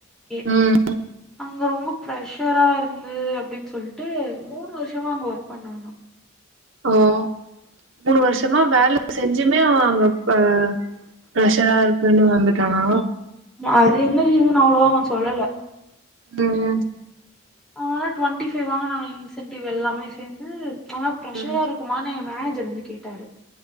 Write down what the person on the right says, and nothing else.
ம்
அவவெவ மூணு வருஷமா வேல செஞ்சுமே அவ அங்க ஆ ப்ரெஷ்ஷரா இருக்குன் வந்துட்டானா
ம் ம்
ம்